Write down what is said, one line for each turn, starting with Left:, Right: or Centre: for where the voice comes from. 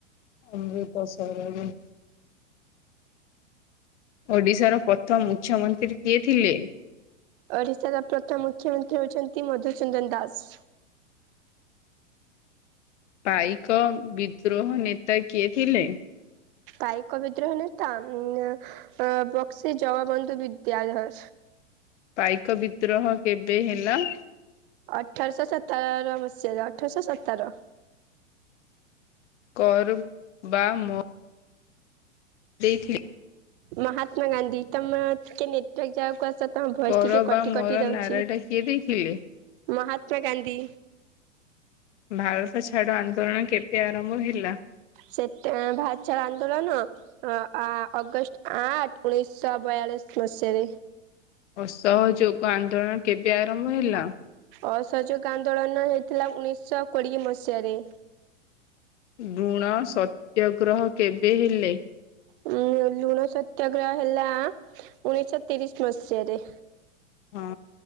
Left: ଅମୃତସରରେ ଓଡିଶାର ପ୍ରଥମ ମୁଖ୍ୟମନ୍ତ୍ରୀ କିଏ ଥିଲେ?
Right: ଓଡ଼ିଶାର ପ୍ରଥମ ମୁଖ୍ୟମନ୍ତ୍ରୀ ହଉଛନ୍ତି ମଧୁସୁନ୍ଦନ ଦାସ।
Left: ପାଇକ ବିଦ୍ରୋହ୍ ନେତା କିଏ ଥିଲେ?
Right: ପାଇକ ବିଦ୍ରୋହ ନେତା ଉଁ ଅଁ ବକ୍ସି ଜଗବନ୍ଧୁ ବିଦ୍ୟାଧର।
Left: ପାଇକ ବିଦ୍ରୋହ କେବେ ହେଲା?
Right: ଅଠରଶହ ସତର ମସିହାରେ ଅଠରଶହ ସତର।
Left: କରୁ ବା ମ ଦେଇଥି
Right: ମହାତ୍ମା ଗାନ୍ଧୀ ତମ କେ ନେଟ୍ର ଜାହା କୁ ଆସତ। ତମ ଭୟେସ
Left: କର
Right: ଟିକେ
Left: ବା
Right: କଟି
Left: ମୋର
Right: କଟି ଯାଉଛି,
Left: ନାରାଟା କିଏ ଦେଇଥିଲେ?
Right: ମହାତ୍ମା ଗାନ୍ଧୀ।
Left: ଭାରତ ଛାଡ ଆନ୍ଦୋଳନ କେବେ ଆରମ୍ଭ ହେଲା?
Right: ସେ ତେ ଭାରତ ଛାଡ ଆନ୍ଦୋଳନ। ହଁ ଆଁ ଅଗଷ୍ଟ ଆଠଂ ଉଣେଇଶହ ବୟାଳିଶ ମସିହାରେ।
Left: ଅସହଯୋଗ ଆନ୍ଦୋଳନ କେବେ ଆରମ୍ଭ ହେଲା?
Right: ଅସଯୋଗ ଆନ୍ଦୋଳନ ହେଇଥିଲା ଉଣେଇଶହ କୋଡିଏ ମସିହାରେ।
Left: ବୃଣ ସତ୍ୟଗ୍ରହ କେବେ ହେଲେ?
Right: ଉଁ ଲୁଣ ସତ୍ୟାଗ୍ରହ ହେଲା ଉଣେଇଶଶହ ତିରିଶ ମସିହାରେ।
Left: ହଁ